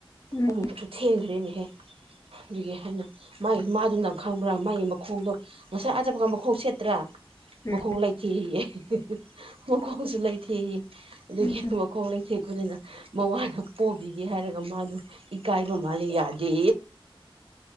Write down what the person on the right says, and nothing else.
ꯑꯃꯨꯛꯁꯨ ꯊꯦꯡꯈ꯭ꯔꯦꯅꯦꯍꯦ ꯑꯗꯨꯒꯤ ꯍꯥꯏꯅ ꯃꯥꯒꯤ ꯃꯥꯗꯨꯅ ꯈꯪꯕ꯭ꯔꯥ ꯃꯥꯒꯤ ꯃꯈꯣꯡꯗꯣ ꯉꯁꯥꯏ ꯑꯆꯞꯄꯀ ꯃꯈꯣꯡ ꯁꯦꯠꯇ꯭ꯔꯥ
ꯃꯈꯈꯣꯡ ꯂꯩꯥꯏꯊꯦ ꯃꯈꯈꯣꯡꯁꯨ ꯂꯩꯥꯏꯊꯦ ꯑꯗꯨꯗꯒꯤ
ꯃꯈꯣꯡ ꯂꯩ ꯊ ꯑꯩꯅꯤꯅ ꯃꯋꯥꯅ ꯄꯣꯕꯤꯒꯦ ꯍꯥꯏꯔꯒ ꯃꯥꯗꯨ ꯏꯀꯥꯏꯕ ꯃꯥꯜꯂꯦ ꯌꯥꯗꯦ